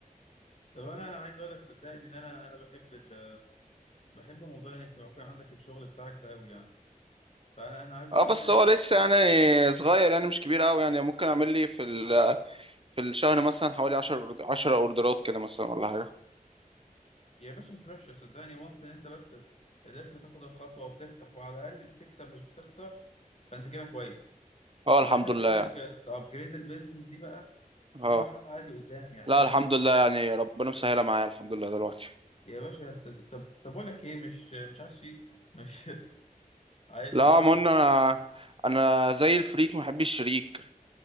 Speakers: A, on the left (about 50°); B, on the right (about 40°).
A: طب انا انا عايز اقول لك صدقني ان انا انا بحب ال... بحب موضوع انك يكون عندك الشغل بتاعك ده قوي يعني فانا انا عايز
B: اه
A: اقول
B: بس
A: لك انا
B: هو لسه يعني صغير يعني مش كبير قوي يعني ممكن اعمل لي في ال- في الشهر مثلا حوالي 10 10 اوردرات كده مثلا ولا حاجة
A: يا باشا مش وحشة صدقني وانس ان انت بس قدرت تاخد الخطوة وتفتح وعلى الأقل بتكسب مش بتخسر فانت كده كويس
B: اه الحمد
A: مرحلة
B: لله
A: انك تأبجريد البيزنس دي بقى
B: اه
A: دي مرحلة عادي قدام يعني
B: لا
A: ممكن
B: الحمد
A: انت
B: لله يعني ربنا مسهلها معايا الحمد لله دلوقتي
A: يا باشا انت ز- طب طب اقول لك ايه مش مش عايز شيك مش <laughs> عايز
B: لا
A: شركة
B: ما قلنا انا انا زي الفريك ما بحبش الشريك